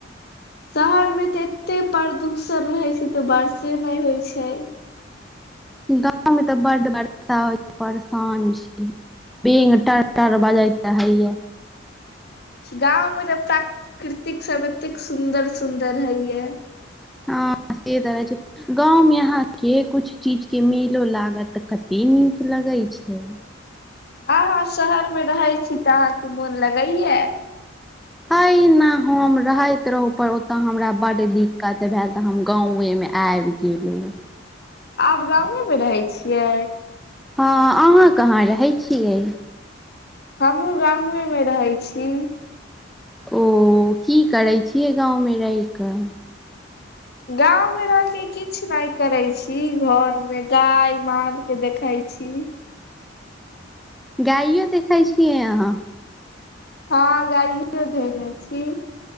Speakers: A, on the left; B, in the centre.
A: शहर मे तऽ एते प्रदूषण रहे छै तऽ वर्षे नहि होइ छै।
B: गाँवमे तऽ बड वरषा होइ छै परेशान छी। बेंग टर टर बजैत रहैय।
A: गांव मे त प्राकृतिक सब एतेक सुंन्दर सुंदर हैये।
B: हँ से त रहै छै। गाँवमे अहाँके कुछ चीजके मेलो लागत तऽ कते नीक लगै छै।
A: अहाँ शहर मे रहै छी तऽ अहाँके मोन लगैया?
B: हैना हम रहैत रहू पर ओतय हमरा बड्ड दिक्कत भेल तऽ हम गाँवे में आयब गेलु
A: आब गाँवे मे रहै छियै।
B: हँ अहाँ कहाँ रहै छियै?
A: हमहुँ गाँवे मे रहै छी।
B: ओ की करै छियै गाँव मे रहि क?
A: गाँवमे रहिके किछु नहि करै छी घरमे गाय मालके देखै छी।
B: गाइयो देखै छियै अहाँ।
A: हँ गाइयो देखै छी।